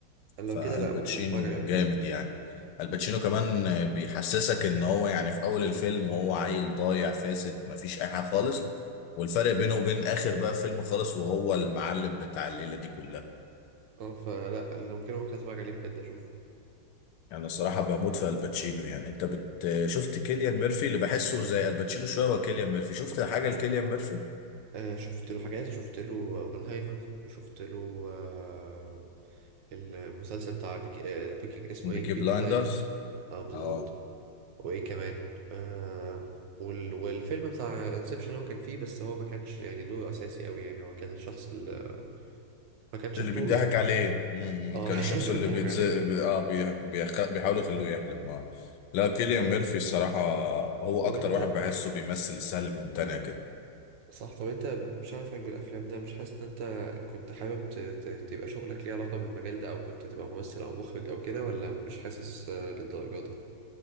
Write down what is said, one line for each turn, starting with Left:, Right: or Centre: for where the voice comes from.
Right: لو
Left: فالباتشينو
Right: كده لا ممكن اتفرج عليه
Left: جامد
Right: اشوفه
Left: يعني الباتشينو كمان بيحسسك ان هو يعني في اول الفيلم هو عيل ضايع فاسد مفيش اي حاجه خالص والفرق بينه وبين اخر بقى فيلم خالص وهو المعلم بتاع الليله دي كلها
Right: اه فلا لو كده ممكن اتفرج عليه بجد اشوفه
Left: يعني الصراحه بموت في الباتشينو يعني انت بت شفت كيليان ميرفي اللي بحسه زي الباتشينو شويه هو كيليان ميرفي شفت حاجه لكيليان ميرفي
Right: آه شفت له حاجات شفت له اوبنهايمر وشفت له آه المسلسل بتاع بيك آه بيكي اسمه
Left: بيكي
Right: ايه بيكي
Left: بلايندرز
Right: بلايندرز اه بالظبط
Left: اه
Right: وايه كمان آه وال والفيلم بتاع انسبشن هو كان فيه بس هو ما كانش يعني دوره اساسي قوي يعني هو كان الشخص اللي ما كانش
Left: اللي
Right: بطولة
Left: بيضحك
Right: يعني
Left: عليه مم.
Right: اه
Left: كان الشخص
Right: <laughs> اللي
Left: اللي
Right: بنضحك
Left: بيتز...
Right: عليه
Left: بي...
Right: فعلا
Left: اه بي... بيخ... بيحاولوا يخلوه يحلم آه. لا كيليان
Right: عندك
Left: ميرفي
Right: حق.
Left: الصراحة هو
Right: طب
Left: أكتر
Right: انت
Left: واحد بحسه بيمثل السهل الممتنع كده
Right: صح طب انت شغفك بالافلام ده مش حاسس ان انت كنت حابب ت- ت- تبقى شغلك ليه علاقة بالمجال ده او كنت تبقى ممثل او مخرج او كده ولا مش حاسس آه، للدرجة دي